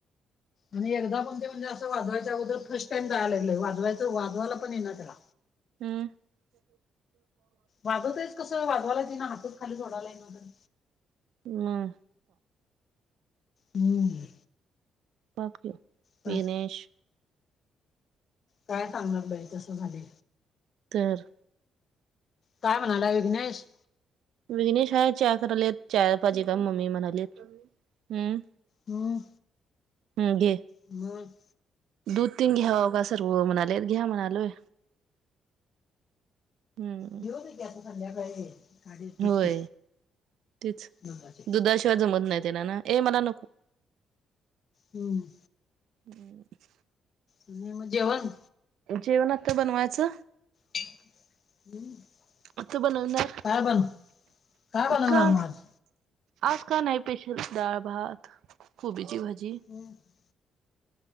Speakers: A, on the left (about 50°); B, on the right (about 80°).
A: आणि एकदा पण ते म्हणजे असं वाजवायच्या अगोदर फर्स्ट टाइम जायला लागलंय वाजवायच वाजवायला पण ये ना त्याला.
B: हम्. प <inaudible>
A: वाजवतयस कसं वाजवायलाच येई ना हातच खाली सोडायला ये ना.
B: हम्.
A: हम्म.
B: बाक्य,
A: बस
B: विनेश.
A: काय सांगणार बाई तसं झाले.
B: तर.
A: काय म्हणालाय विघ्नेश?
B: विघ्नेश आहे चहा करायला चहा पाहिजे का मम्मी म्हणालीत. हम्म
A: हम्म.
B: हम्, घे
A: हम <unintelligible>
B: दूध पिऊन घ्या का सर्व म्हणाले घ्या म्हणालोय. हम्म
A: घेऊ दे की आता संध्याकाळी. गाडी सुटते
B: होय, तेच
A: नंदाचे
B: दुधाशिवाय जमत नाही त्याला ना, ए मला नको.
A: हम.
B: हम्म <inaudible>
A: आणि मग जेवण.
B: जेवण आत्ता बनवायचं
A: ठीक <inaudible>
B: आता बनवणार
A: काय बन काय बनवणार
B: का
A: म आज.
B: आज का नाही स्पेशल, डाळ, भात, कोबीची भाजी
A: ह <inaudible>